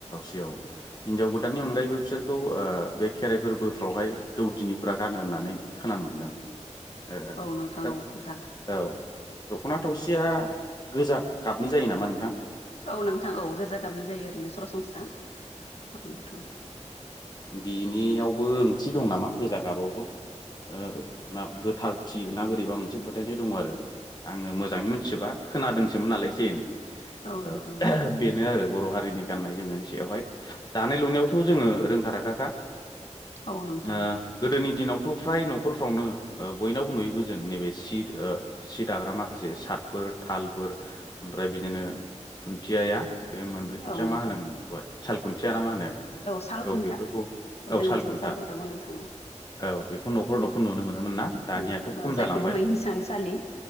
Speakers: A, on the left (about 35°); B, on the left (about 55°).
A: जेव हिनजाव गोदाननि अनगायैबो बिसोरखौ ओ बे खेराइ फोरबोफ्रावहाय दौदिनिफोरा गानो हो नानै खोनानो मोनदों
B: <inaudible>
A: ओ ओ
B: औ नोंथां
A: थोद
B: औ गा
A: औ दख'ना थावसिया गोजा गाबनि जायो नामा नों
B: औ नोंथां औ गोजा गाबनि जायो ओरैनो सरासनस्रा औ नोथां
A: बिनियावबो ओंथि दं नामा गोजा गाबावबो ओ मा गोथारथि ना बोरैबा मोनसे फोथायनाय दं आरो आङो मोजाङै मिथिजोबा खोनादोंसोमोन नालाय एसे एनै
B: औ नोंथां
A: ओ
B: औ
A: बेनो आरो बर' हारिनि गाननाय जोमनायनि सायावहाय दानाय लुनायावथ' जोङो रोंखा राखाखा
B: औ नोंथां
A: ओ गोदोनि दिनाव थ' फ्राय न'खरफ्रावनो ओ बयनावबो नुयोबो जों नैबे सि सि दाग्रा माखासे साफोर थालफोर फ्राय बिदिनो खुन्थियाया बे मोनब्रै खुन्थिया
B: औ नोंथां
A: मा होनोमोन बेखौहाय साल खुन थिया ना मा होनो
B: साल खुन्था
A: औ बेफोरखौ औ
B: जोंनिथिं
A: सालखुन्था
B: साल खुन्थाखौ नोंथां औ
A: औ बेखौ न'खर न'खर
B: उम
A: नुनो मोनोमोन ना दानियाथ'
B: उम
A: खम
B: ओ जायखौ
A: जालांबाय
B: बुङो हिसानसालि